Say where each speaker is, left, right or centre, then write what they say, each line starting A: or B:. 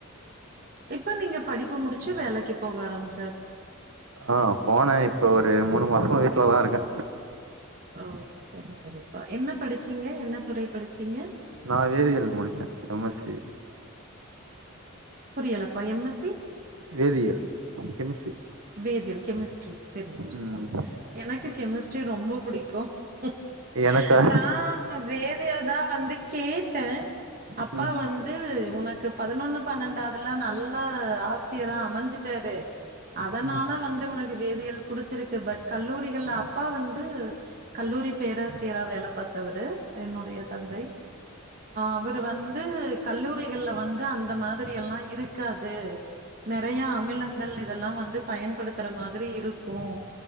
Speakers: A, on the right; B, on the right.
A: இப்ப நீங்க படிப்ப முடுச்சி வேலக் வேலைக்கு போக ஆரம்பி
B: ஆ போன இப்ப ஒரு மூணு மாஸ்மாவே ட்ல தா இருக்க
A: அவ் சரி சரி என்ன படிச்சிங்க என்ன துறை படிச்சிங்க
B: நா வேதியியல் முடிச்சே எம் எஸ் சி
A: புரியலப்பா எம் எஸ் சி
B: வேதியல் கெமிஸ்ரி
A: வேதியல் கெமிஸ்ட்ரி செரி செரிப்பா
B: ம்
A: எனக்கு கெமிஸ்ட்ரி ரொம்ப புடிக்கு ம்
B: எனக்கா
A: நா வேதியல் தா வந்து கேப் கேட்டே அப்பா
B: ம்
A: வந்து உனக்கு பதினொன்னு பன்னெண்டாவதுல நல்ல ஆசிரியரா அமைஞ்சிட்டாரு அதனால
B: ம்
A: வந்து உனக்கு வேதியல் புடிச்சிருக்கு பட் கல்லூரிகள்ல அப்பா வந்து கல்லூரி பேராசி சிரியரா வேல பாத்தவரு என்னுடைய தி தந்தை அவரு வந்து கல்லூரிகள்ல வந்து அந்த மாதிரி எல்லா இருக்காது த்து நெறைய அமிலங்கள் இதெல்லா வந்து வந்து பயன்படுத்துற மாதிரி இருக்கு